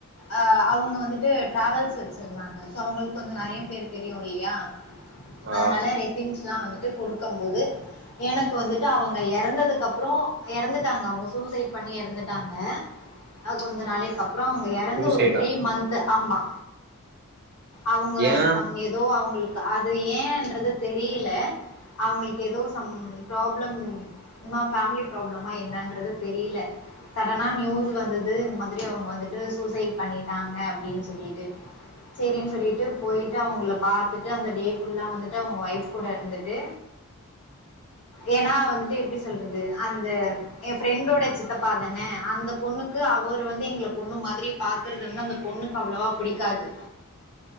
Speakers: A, on the left; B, on the right.
A: அ அவுங்க வந்துட்டு டிராவல்ஸ் வச்சிருந்தாங்க சோ அவங்களுக்கு கொஞ்சோ நெறைய பேரு தெரியு இல்லையா
B: ஆ
A: அதனால ரெஸிம்லா வந்துட்டு குடுக்கும் போது எனக்கு வந்துட்டு அவங்க எறந்ததுக்கப்றோ எறந்துட்டாங்க அவங்க சூசைட் பண்ணி எறந்துட்டாங்க அ கொஞ்ச நாளைக்கப்றோ அவுங்க எ எறந்து
B: சூசைடா
A: ஒரு த்ரீ மந்த் ஆமா அவுங்க
B: ஏ
A: சம் ஏதோ அவுங்களுக் காது ஏன்றது தெரியல அவங்களுக் ஏதோ சம் ப்ராப்ளம் சும்மா ஃபேமிலி ப்ராப்ளமா என்னன்றது தெரியல சடனா நியூஸ் வந்தது இந்த மாரி அவுங்க வந்துட்டு சூசைட் பண்ணிட்டாங்க அப்டின் சொல்லிட்டு செரின் சொல்லிட்டு போயிட்டு அவுங்கள பாத்துட்டு அந்த டே ஃபுல்லா வந்துட் டு அவுங்க வைஃப் கூட இருந்துட்டு ஏனா வந்துட்டு எப்டி சொல்றது அந்த எ ஃப்ரெண்டோட சித்தப்பாதான அந்த பொண்ணுக்கு அவர் வந்து எங்கள பொண்ணு மாதிரி பாக்குறது வந்து அந்த பொண்ணுக்கு அவ்ளவா பிடிக்காது